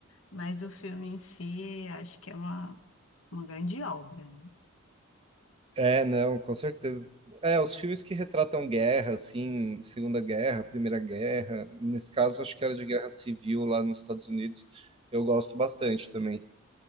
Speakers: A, on the left; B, on the right.
A: mas o filme em si acho que é uma, uma grande obra, né?
B: É, não, com certeza. É, os filmes que retratam guerra, assim, Segunda Guerra, Primeira Guerra, nesse caso acho que era de guerra civil lá nos Estados Unidos, eu gosto bastante também.